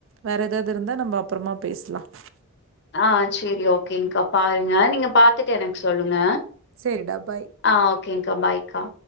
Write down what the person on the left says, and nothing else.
ஆஹ் சேரி ஓகேங்கக்கா பாருங்க நீங்க பாத்துட்டு எனக்கு சொல்லுங்க
ஆஹ் ஓகேங்கக்கா பாய்கா